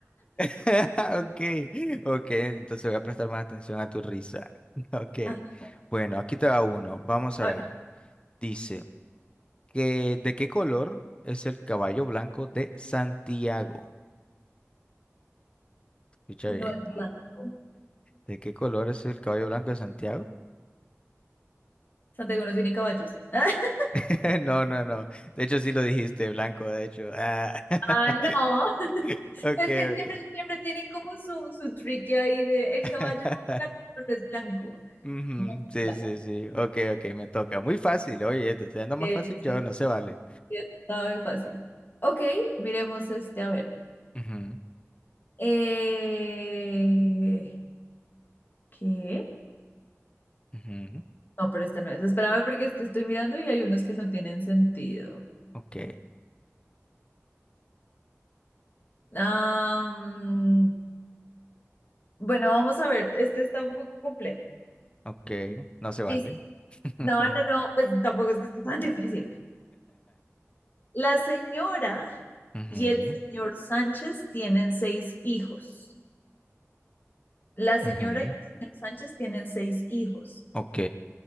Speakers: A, on the left (about 20°); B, on the left (about 45°).
A: <laughs> Ok, ok, entonces voy a prestar más atención a tu risa. <laughs> Ok,
B: Ah, <laughs>
A: bueno, aquí te va uno. Vamos a
B: a
A: ver.
B: ver,
A: Dice que ¿de qué color es el caballo blanco de Santiago? Escucha bien.
B: no es blanco.
A: ¿De qué color es el caballo blanco de Santiago?
B: Santiago no tiene caballos. <laughs>
A: <laughs> No, no, no. De hecho, sí lo dijiste, blanco, de hecho. Ah. <laughs>
B: Ah, no. <laughs>
A: Ok,
B: Es que
A: ok.
B: siempre, siempre tienen como su, su tricky ahí de el
A: <laughs>
B: caballo blanco no es blanco.
A: Ujú, Sí,
B: Bla,
A: sí, sí. Ok, ok, me toca. Muy fácil, oye, te estoy dando más
B: eh,
A: fácil yo,
B: sí,
A: no se vale.
B: sí, está muy fácil. Ok, miremos este, a ver.
A: Ujú,
B: Eh, ¿qué?
A: ujú,
B: No, pero esta no es. Espérame porque es que estoy mirando y hay unos que no tienen sentido.
A: Ok,
B: Am, bueno, vamos a ver. Este está un poco complejo.
A: ok, no se vale.
B: Y-
A: <laughs>
B: No, no, no, pues tampoco es que esté tan difícil. La señora
A: Ujú,
B: y el señor Sánchez tienen seis hijos. La señora
A: ujú,
B: y el señor Sánchez tienen seis hijos.
A: Ok,